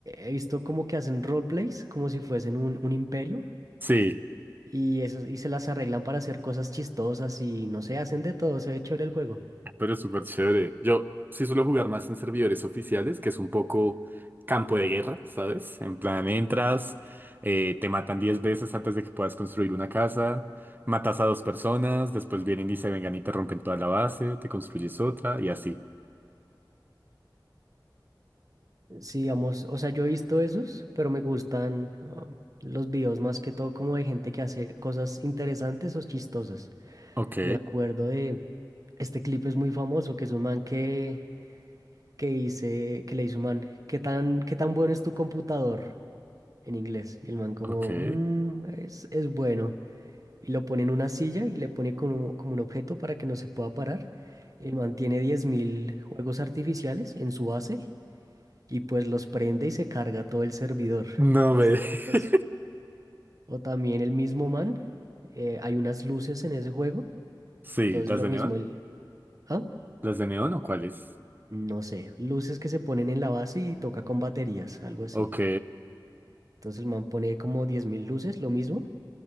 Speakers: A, on the right; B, on the right.
A: He visto como que hacen roleplays, como si fuesen un, un imperio.
B: Sí.
A: Y, eso, y se las arreglan para hacer cosas chistosas y no sé, hacen de todo, se ve chévere el juego.
B: Pero es súper chévere. Yo sí suelo jugar más en servidores oficiales, que es un poco campo de guerra, ¿sabes? En plan, entras, eh, te matan 10 veces antes de que puedas construir una casa, matas a dos personas, después vienen y se vengan y te rompen toda la base, te construyes otra y así.
A: Sí, vamos, o sea, yo he visto esos, pero me gustan ah, los videos más que todo como de gente que hace cosas interesantes o chistosas.
B: Ok,
A: Me acuerdo de, este clip es muy famoso, que es un man que, que dice, que le dice un man, ¿qué tan, qué tan bueno es tu computador? En inglés. Y el man como,
B: ok.
A: "Mm, es, es bueno. y lo pone en una silla y le pone como, como un objeto para que no se pueda parar. Él mantiene 10.000 juegos artificiales en su base y pues los prende y se carga todo el servidor.
B: No
A: Y
B: me...
A: es chistoso.
B: <laughs>
A: O también el mismo man, eh, hay unas luces en ese juego,
B: Sí,
A: entonces
B: ¿las
A: lo
B: de
A: mismo,
B: neón?
A: el... ¿Ah?
B: ¿Las de neón o cuáles?
A: No sé, luces que se ponen en la base y toca con baterías, algo así.
B: Ok,
A: Entonces el man pone como 10.000 luces, lo mismo,